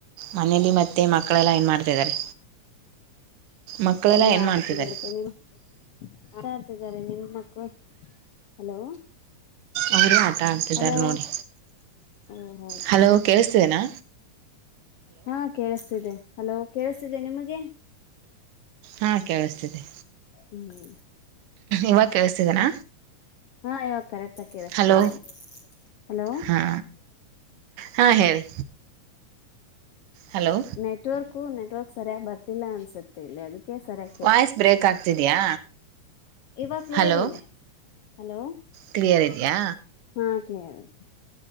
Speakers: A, on the right; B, on the left.
A: ಮನೇಲಿ ಮತ್ತೆ ಮಕ್ಕಳೆಲ್ಲ ಏನ್ ಮಾಡ್ತಿದ್ದಾರೆ. ಮಕ್ಕಳೆಲ್ಲಾ
B: ಅವರು
A: ಏನ್
B: ಆಟ
A: ಮಾಡ್ತಿದ್ದಾರೆ
B: <unintelligible> ನೀನು. ಆಟ ಆಡ್ತಿದಾರೆ ನಿಮ್ಮ ಮಕ್ಕಳು ಹಲೋ.
A: ಅವರು ಆಟ ಆಡ್ತಿದ್ದಾರೆ
B: ಹಲೋ
A: ನೋಡಿ.
B: ಓ ಹೌದಾ
A: ಹಲೋ ಕೇಳ್ತಿದ್ದೇನಾ.
B: ಹಾ ಕೇಳಿಸ್ತಿದೆ ಹಲೋ ಕೇಳಿಸಸ್ತಿದೆ ನಿಮಗೆ.
A: ಹಾ ಕೇಳಿಸ್ತಿದೆ.
B: ಹೂ
A: ಇವಾಗ ಕೇಳಿಸ್ತಿದೆನಾ.
B: ಆ ಇವಾಗ ಕರೆಕ್ಟ್ ಆಗಿ ಕೇಳಿಸ್ತಿದೆ
A: ಹಲೋ
B: ನೋಡಿ. ಹಲೋ
A: ಹಾ ಹಾ ಹೇಳಿ. ಹಲೋ
B: ನೆಟ್ವರ್ಕು ನೆಟ್ವರ್ಕ್ ಸರಿಯಾಗಿ ಬರ್ತಿಲ್ಲಾ ಅನ್ಸುತ್ತೆ ಇಲ್ಲಿ ಅದಕ್ಕೆ ಸರಿಯಾ
A: ವಾಯ್ಸ್ ಬ್ರೇಕ್ ಆಗ್ತಿದ್ಯಾ.
B: ಇವಾಗ ಕ್ಲಿಯರ್
A: ಹಲೋ
B: ಇದೆ ಹಲೋ
A: ಕ್ಲಿಯರ್ ಇದ್ಯಾ.
B: ಹಾ <unintelligible>